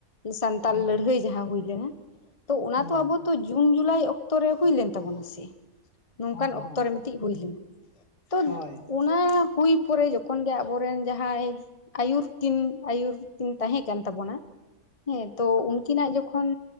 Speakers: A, on the left; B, on the left.
A: ᱥᱟᱱᱛᱟᱞ
B: ᱦᱮᱸ
A: ᱞᱟᱹᱲᱦᱟᱹᱭ ᱡᱟᱦᱟᱸ ᱦᱩᱭ ᱞᱮᱱᱟ ᱛᱚ ᱚᱱᱟ
B: ᱦᱮᱸ
A: ᱛᱚ ᱟᱵᱚ ᱛᱚ ᱡᱩᱱ ᱡᱩᱞᱟᱭ ᱚᱠᱛᱚᱨᱮ ᱦᱩᱭ ᱞᱮᱱ ᱛᱟᱵᱚᱱᱟ ᱥᱮ, ᱱᱚᱝᱠᱟᱱ
B: ᱦᱮᱸ ᱦᱮᱸ
A: ᱚᱠᱛᱚᱨ ᱨᱮ ᱢᱤᱫᱴᱮᱱ ᱦᱩᱭ ᱞᱮᱱᱟ᱾ ᱛᱚ
B: ᱦᱳᱭ
A: ᱚᱱᱟ ᱦᱩᱭ ᱯᱚᱨᱮ ᱡᱚᱠᱷᱚᱱ ᱜᱮ ᱟᱵᱚᱨᱮᱱ ᱡᱟᱦᱟᱸᱭ ᱟᱹᱭᱩᱨ ᱠᱤᱱ ᱟᱹᱭᱩᱨ ᱠᱤᱱ ᱛᱟᱦᱮᱸ ᱠᱟᱱ ᱛᱟᱵᱚᱱᱟ ᱦᱮᱸ ᱛᱚ ᱩᱱᱠᱤᱱᱟᱜ ᱡᱚᱠᱷᱚᱱ